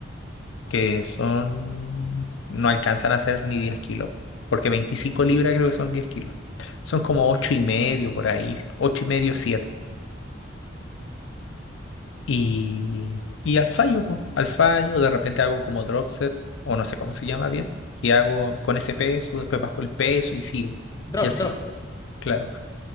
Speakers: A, on the left; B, on the left.
A: que son, no alcanzan a ser ni 10 kilos, porque 25 libras creo que son 10 kilos. Son como 8
B: Mm.
A: y medio por ahí, 8 y medio, siete Y, y al fallo, po, al fallo, de repente hago como drop set, o no sé cómo se llama bien, que hago con ese peso, después bajo el peso y sigo.
B: Drop,
A: Y así,
B: drop set.
A: claro.